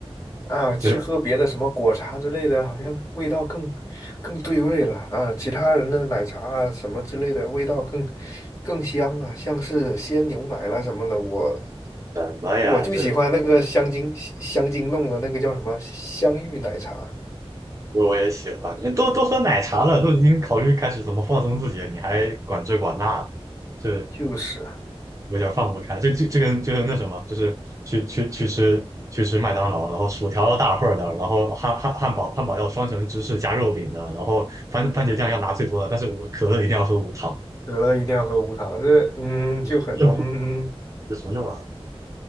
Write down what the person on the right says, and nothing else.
这
什么呀？
这我我也喜欢，你都都喝奶茶了，都已经考虑开始怎么放松自己了，你还管这管那，这
有点放不开。这这这跟就是那什么，就是去去去吃去吃麦当劳，然后薯条要大份儿的，然后汉汉汉堡汉堡要双层芝士加肉饼的，然后番番茄酱要拿最多的，但是我可乐一定要喝无糖，
<laughs> 有什么用啊？有什么用啊？